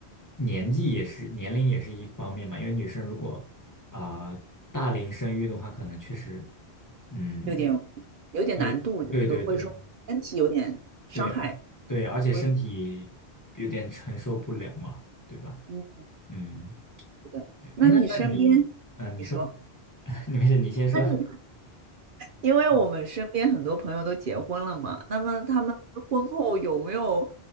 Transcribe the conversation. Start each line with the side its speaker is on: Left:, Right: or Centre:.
Left: 年纪也是年龄也是一方面嘛。因为女生如果啊、大龄生育的话，可能确实嗯，
Right: 有点有点难度，
Left: 对对对对
Right: 就是会说身体有点伤害。
Left: 对，而对，而且身体有点承受不了嘛，
Right: 我
Left: 对吧？
Right: 嗯，
Left: 嗯。
Right: 是的。
Left: 对，
Right: 那你身边，
Left: 哎，那那你，嗯、你说，
Right: 你说，
Left: <laughs> 你没事，你先说。
Right: 那你因为我们身边很多朋友都结婚了嘛，
Left: 嗯
Right: 那么他们婚后有没有